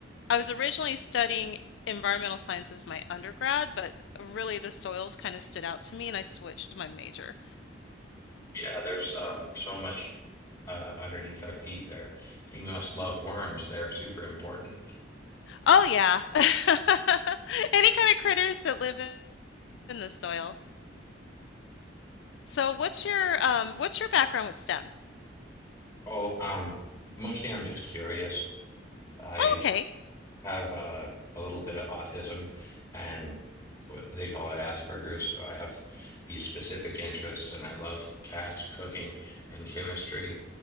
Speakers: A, on the left (about 65°); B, on the left (about 15°).
A: I was originally studying environmental science as my undergrad, but really the soils kind of stood out to me, and I switched my major.
B: Yeah, there's um, so much uh, underneath our feet there. You must love worms. They're super important.
A: Oh yeah. <laughs> Any kind of critters that live in the soil. So what's your um what's your background with STEM?
B: Oh, um, mostly I'm just curious. I
A: Oh, okay.
B: have uh, a little bit of autism and what they call it Asperger's. So I have these specific interests and I love cats, cooking, and chemistry,